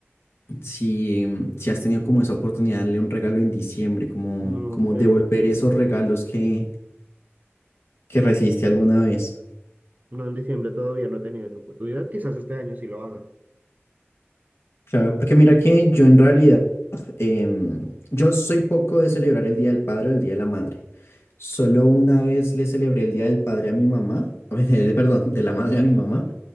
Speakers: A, on the left; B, on the right.
A: si, si has tenido como esa oportunidad de darle un regalo en diciembre, como,
B: No,
A: como
B: de
A: devolver
B: hecho, en diciembre
A: esos regalos
B: no.
A: que, que recibiste alguna vez.
B: No, en diciembre todavía no he tenido esa oportunidad. Quizás este año sí lo haga. <laughs>
A: Claro, porque mira que yo en realidad, em, yo soy poco de celebrar el Día del Padre o el Día de la Madre. Solo una vez le celebré el Día del Padre a mi mamá, <laughs> de- perdón, de la madre a mi mamá,